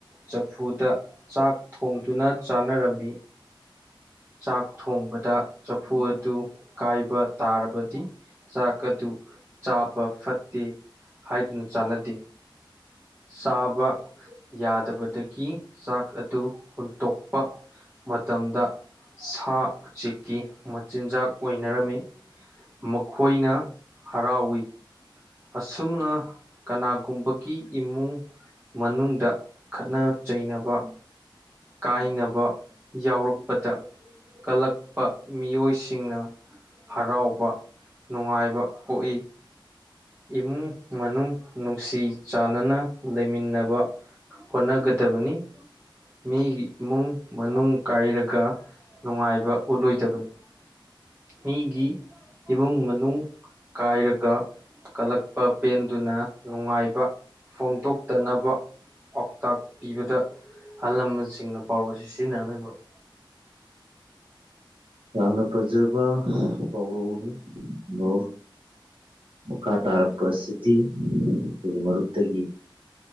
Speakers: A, on the right (about 25°); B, on the right (about 80°).
A: ꯆꯐꯨꯗ ꯆꯥꯛ ꯊꯣꯡꯗꯨꯅ ꯆꯥꯟꯅꯔꯝꯃꯤ ꯆꯥꯛ ꯊꯣꯡꯕꯗ ꯆꯐꯨ ꯑꯗꯨ ꯀꯥꯏꯕ ꯇꯥꯔꯕꯗꯤ ꯆꯥꯛ ꯑꯗꯨ ꯆꯥꯕ ꯐꯠꯇꯦ ꯍꯥꯏꯗꯨꯅ ꯆꯥꯟꯅꯗꯦ ꯆꯥꯕ ꯌꯥꯗꯕꯗꯒꯤ ꯆꯥꯛ ꯑꯗꯨ ꯍꯨꯟꯇꯣꯛꯄ ꯃꯇꯝꯗ ꯁꯥ ꯎꯆꯦꯛꯀꯤ ꯃꯆꯤꯟꯖꯥꯛ ꯑꯣꯏꯅꯔꯝꯃꯤ ꯃꯈꯣꯏꯅ ꯍꯔꯥꯎꯋꯤ ꯑꯁꯨꯝꯅ ꯀꯅꯥꯒꯨꯝꯕꯒꯤ ꯏꯃꯨꯡ ꯃꯅꯨꯡꯗ ꯈꯠꯅ ꯆꯩꯅꯕ ꯀꯥꯏꯅꯕ ꯌꯥꯎꯔꯛꯄꯗ ꯀꯜꯂꯛꯄ ꯃꯤꯑꯣꯏꯁꯤꯡꯅ ꯍꯔꯥꯎꯕ ꯅꯨꯡꯉꯥꯏꯕ ꯄꯣꯛꯏ ꯏꯃꯨꯡ ꯃꯅꯨꯡ ꯅꯨꯡꯁꯤ ꯆꯥꯟꯅꯅ ꯂꯩꯃꯤꯟꯅꯕ ꯍꯣꯠꯅꯒꯗꯕꯅꯤ ꯃꯤꯒꯤ ꯏꯃꯨꯡ ꯃꯅꯨꯡ ꯀꯥꯏꯔꯒ ꯅꯨꯡꯉꯥꯏꯕ ꯎꯠꯂꯣꯏꯗꯕꯅꯤ ꯃꯤꯒꯤ ꯏꯃꯨꯡ ꯃꯅꯨꯡ ꯀꯥꯏꯔꯒ ꯀꯂꯛꯄ ꯄꯦꯟꯗꯨꯅ ꯅꯨꯡꯉꯥꯏꯕ ꯐꯣꯡꯗꯣꯛꯇꯅꯕ ꯄꯥꯎꯇꯥꯛ ꯄꯤꯕꯗ ꯑꯍꯜ ꯂꯃꯟꯁꯤꯡꯅ ꯄꯥꯎꯔ ꯑꯁꯤ ꯁꯤꯖꯤꯟꯅꯔꯝꯃꯤ ꯃꯔꯨꯞ
B: ꯌꯥꯝꯅ ꯐꯖꯕ ꯄꯥꯎꯅꯤ ꯅꯣ ꯃꯈꯥ ꯇꯥꯔꯛꯄ ꯑꯁꯤꯗꯤ ꯑꯩꯈꯣꯏꯒꯤ ꯃꯔꯨꯞꯇꯒꯤ